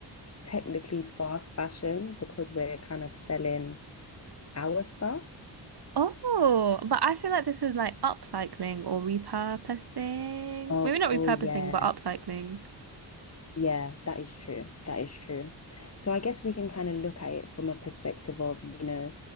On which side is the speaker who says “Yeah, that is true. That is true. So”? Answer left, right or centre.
Left